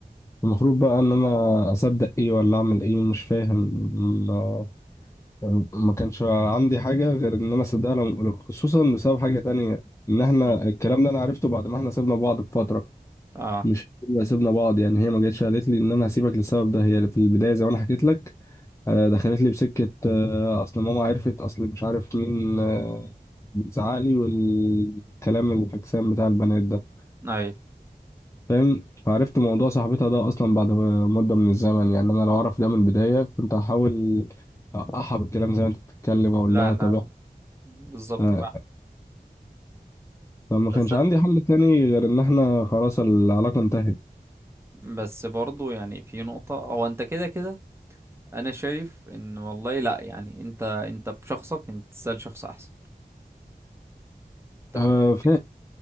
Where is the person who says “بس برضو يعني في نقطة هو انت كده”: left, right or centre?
Right